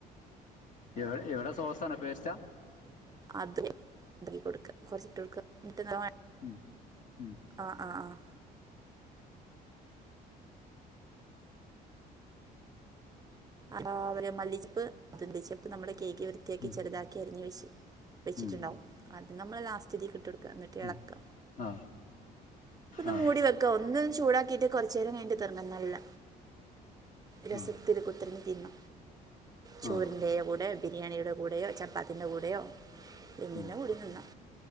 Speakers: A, on the left (about 45°); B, on the right (about 20°).
A: A എവിടെ സോസാണ പേസ്റ്റ
B: അത് ഇതി കൊടുക്ക കുറച്ചിട്ട് കൊടുക്ക മറ്റത്
A: ഉം ഉം
B: ആഹ് ആഹ് ആഹ് ആ അവര് മല്ലിച്ചപ്പ് മല്ലിച്ചപ്പ് നമ്മുള് കഴുകി വൃത്തിയാക്കി
A: ഉം
B: ചെറുതാക്കി അരിഞ്ഞ് വെച്ച് വെച്ചിട്ടുണ്ടാവും
A: ഉം
B: അത് നമ്മള് ലാസ്റ്റ് ഇതീക്ക് ഇട്ട് കൊടുക്കുക എന്നിട് എളക്കുക
A: ഉം ആ
B: എടക്കൊന്ന്
A: ആ
B: മൂടിവെക്കുക ക്കെ ഒന്ന് ചൂടാക്കിയിട്ട് കുറച്ച് നേരം കഴിഞ്ഞട്ട് തുറക്കണം നല്ല രസത്തില്
A: ആ
B: <unintelligible> തിന്ന ചോറിന്റെ
A: ആ
B: കൂടെയൊ ബിരിയാണിയുടെ കൂടെയോ ചപ്പാത്തിൻ്റെ കൂടെയോ എന്തിന്റെ
A: ഉം
B: കൂടെയും നിന്നാം